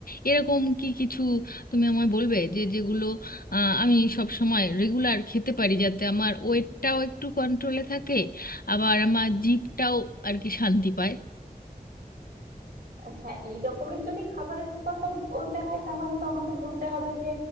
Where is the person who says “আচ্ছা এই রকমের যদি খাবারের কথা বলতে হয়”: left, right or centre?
Right